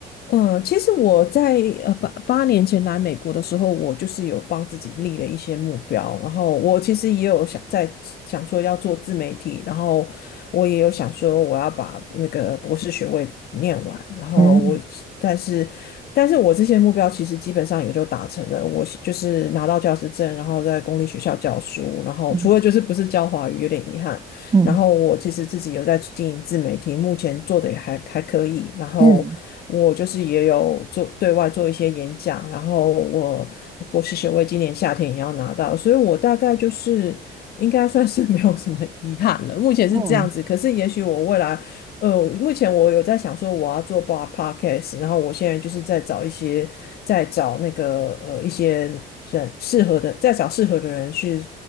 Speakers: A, on the left; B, on the right.
A: 呃，其实我在呃八八年前来美国的时候，我就是有帮自己立了一些目标，然后我其实也有想在想说要做自媒体，然后我也有想说我要把那个博士学位念完，然后我但是但是我这些目标其实基本上也就达成了，
B: 嗯
A: 我是就是拿到教师证，然后在公立学校教书，然后除了就是不是教华语有点遗憾，
B: 嗯嗯
A: 然后我其实自己有在经营自媒体，目前做的也还还可以。然后我就是也有做对外做一些演讲，
B: 嗯
A: 然后我博士学位今年夏天也要拿到，所以我大概就是应该算是 <laughs> 没有什么遗憾了。目前是这样子，
B: 嗯
A: 可是也许我未来，呃，目前我有在想说我要做 bar podcast，然后我现在就是在找一些，在找那个呃一些人适合的，在找适合的人去